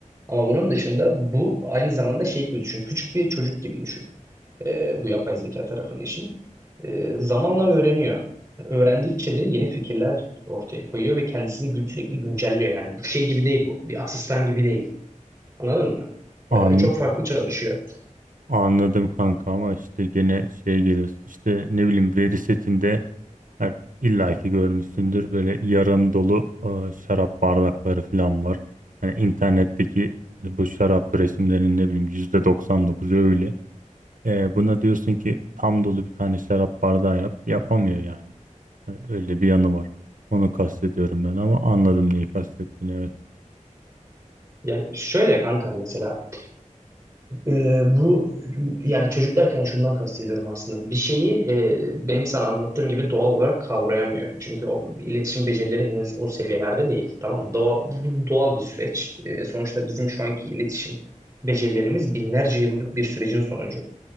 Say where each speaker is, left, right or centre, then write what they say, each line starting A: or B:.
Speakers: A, on the right; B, on the right.
A: Ama bunun dışında bu aynı zamanda şey gibi düşün. Küçük bir çocuk gibi düşün. E, bu yapay zeka tarafının işi. E, zamanla öğreniyor öğrendikçe de yeni fikirler ortaya koyuyor ve kendisini gün- sürekli güncelliyor. Yani bu şey gibi değil bu. Bir asistan gibi değil. Anladın mı? Ee,
B: An,
A: çok farklı çalışıyor.
B: anladım kanka ama işte gene şeye geliyoruz. İşte ne bileyim veri setinde Her, illa ki görmüşsündür böyle yarım dolu e, şarap bardakları falan var. Yani internetteki e, bu şarap resimlerinin ne bileyim %99'u öyle. E, buna diyorsun ki tam dolu bir tane şarap bardağı yap. Yapamıyor yani. E, Öyle bir yanı var. Onu kastediyorum ben ama anladım neyi kastettiğini evet.
A: Yani şöyle kanka mesela e, bu yani çocuk derken şundan kastediyorum aslında. Bir şeyi e, benim sana anlattığım gibi doğal olarak kavrayamıyor. Çünkü o iletişim becerileri henüz o seviyelerde değil. Tamam mı? Doğal, bu doğal bir süreç. E, sonuçta bizim şu anki iletişim becerilerimiz binlerce yıllık bir sürecin sonucu.